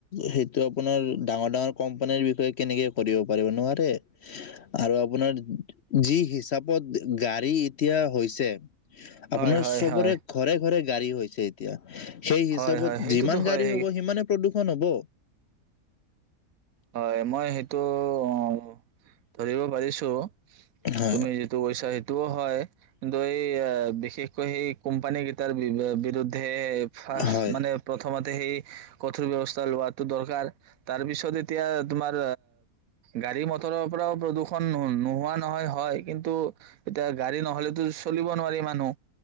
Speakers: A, on the left (about 60°); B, on the right (about 70°).
A: সেইটো আপোনাৰ ডাঙৰ ডাঙৰ কোম্পানীৰ বিষয়ে কেনেকে কৰিব পাৰিব! নোৱাৰে। আৰু আপোনাৰ যি হিচাপত গাড়ী এতিয়া হৈছে,
B: হয়
A: আপোনাৰ
B: হয়
A: চবৰে
B: হয়
A: ঘৰে ঘৰে গাড়ী হৈছে এতিয়া। সেই হিচাপত
B: হয় হয় সেইটোতো
A: যিমান
B: হয়
A: যাই গাড়ী
B: সেই-
A: হ'ব সিমানে প্ৰদূষণ হ'ব।
B: হয় মই সেইটো অ। ধৰিব পাৰিছো।
A: হয়,
B: তুমি যিটো কৈছা সেই। তোহ হয়, কিন্তু এই বিশেষ। সেই কোম্পানী কেইটাৰ বি বিৰুদ্ধে ফাৰ্ষ্ট,
A: হয়।
B: মানে প্ৰথমতে সেই। কঠোৰ ব্যৱস্থা লোৱাটো দৰকাৰ। তাৰপিছত তোমাৰ গাড়ী-মটৰৰ পৰাও প্ৰদূষণ নোহোৱা নহয় হয়, কিন্তু এতিয়া গাড়ী নহলেতো। চলিব নোৱাৰি মানুহ